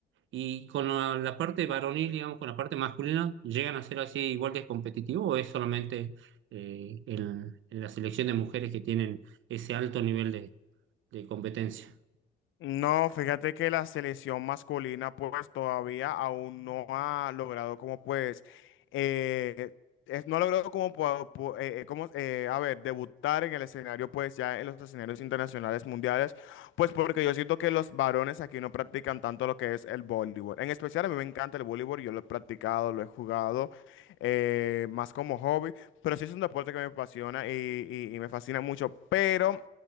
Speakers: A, on the right; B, on the left.
A: y con la, la parte varonil, digamos, con la parte masculina, ¿llegan a ser así igual de competitivo o es solamente eh, en, en la selección de mujeres que tienen ese alto nivel de, de competencia?
B: No, fíjate que la selección masculina pues todavía aún no ha logrado como pues, eh, es- no ha logrado como, po- po- eh, eh, como eh, a ver, debutar en el escenario pues ya en los escenarios internacionales mundiales, pues porque yo siento que los varones aquí no practican tanto lo que es el voleibol. En especial a mí me encanta el voleibol, yo lo he practicado, lo he jugado eh, más como hobby, pero sí es un deporte que me apasiona y, y y me fascina mucho, pero...